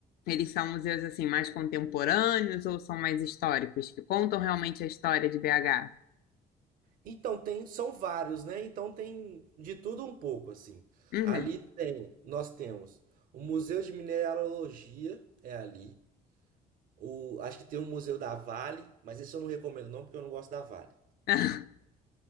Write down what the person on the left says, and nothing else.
eles são museus assim mais contemporâneos ou são mais históricos, que contam realmente a história de BH?
Uhum.
<laughs>